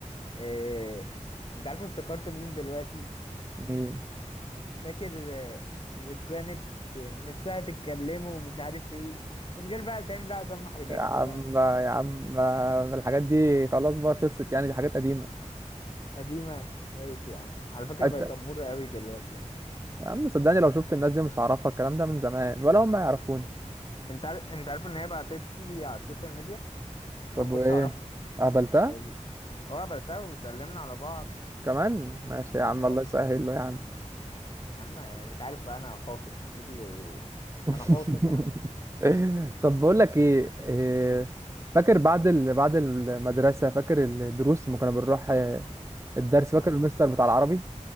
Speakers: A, on the left (about 45°); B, on the right (about 20°).
A: إيه... انت عارف افتكرت مين دلوقتي
B: يعني
A: فاكر آه، اللي كانت نفسها تتكلمه ومش عارف ايه من غير بقى اسامي بقى عشان ما احرجكش
B: يا عم
A: بقى
B: بقى يا عم بقى الحاجات دي خلاص بقى خلصت يعني دي حاجات قديمه
A: قديمة ماشي يا عم على فكرة
B: أنت...
A: بقت أمورة قوي دلوقتي يعني
B: يا عم صدقني لو شفت الناس دي مش هعرفها الكلام ده من زمان ولا هم يعرفوني
A: انت عارف انت عارف ان هي بعتت لي على السوشيال ميديا
B: طب
A: انا ما كنتش
B: وايه
A: اعرفها
B: قابلتها
A: ال- هو قابلتها وسلمنا على بعض
B: كمان ماشي يا عم
A: اهو
B: الله يسهل له يا عم
A: يا عم انت عارف بقى انا خاطب ايه اللي
B: <laughs>
A: انا خاطب يا عم
B: طب بقول لك ايه إيه، فاكر بعد ال... بعد المدرسه فاكر الدروس لما كنا بنروح آه، الدرس فاكر
A: اه
B: المستر بتاع العربي